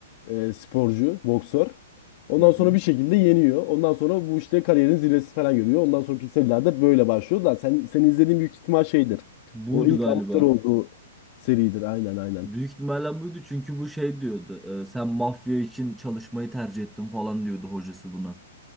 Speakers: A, on the left; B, in the centre.
A: e, sporcu, boksör. Ondan
B: Hı hı.
A: sonra bir şekilde yeniyor. Ondan sonra bu işte kariyerin zirvesi falan görüyor. Ondan sonraki serilerde böyle başlıyor da sen, sen izlediğin büyük ihtimal şeydir.
B: Buydu
A: O ilk
B: galiba.
A: amatör olduğu seridir. Aynen aynen.
B: Büyük ihtimalle buydu çünkü bu şey diyordu. e, sen mafya için çalışmayı tercih ettin falan diyordu hocası buna.